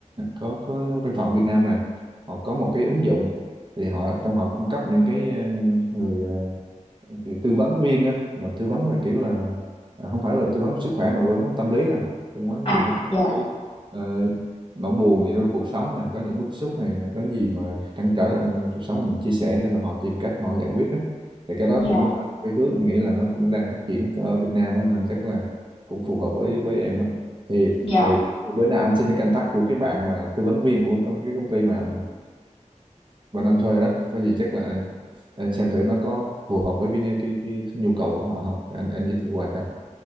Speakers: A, on the right (about 40°); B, on the left (about 45°).
A: có, có văn phòng ở Việt Nam nè họ có một cái ứng dụng thì họ trong họ cung cấp những cái ừ, người thì tư vấn viên á mà tư vấn là kiểu là à, không phải là tư vấn sức khỏe mà tư vấn tâm lý thôi tư vấn
B: à,
A: ví dụ như có
B: yeah,
A: những cái ờ, nỗi buồn gì trong cuộc sống này có những bức xúc này có gì mà trăn trở trong cuộc sống mình chia sẻ để mà họ tìm cách họ giải quyết á thì cái đó
B: yeah,
A: cũng là một cái hướng anh nghĩ là nó cũng đang phát triển ở Việt Nam á, nên chắc là cũng phù hợp với với em á thì
B: yeah.
A: thì bữa nào anh xin cái contact của cái bạn mà tư vấn viên của con- cái công ty mà uh, anh thuê đó có gì chắc là anh anh xem thử nó có phù hợp với cái cái cái nhu cầu của họ không anh anh giới thiệu qua cho